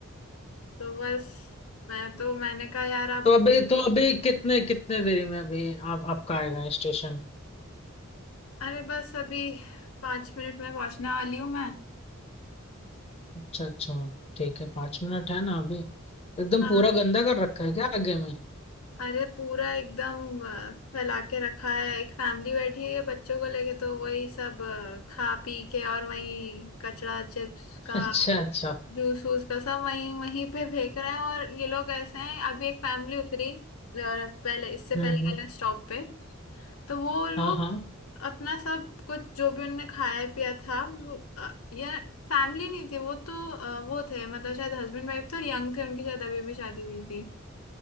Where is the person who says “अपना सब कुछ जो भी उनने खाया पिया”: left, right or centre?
Left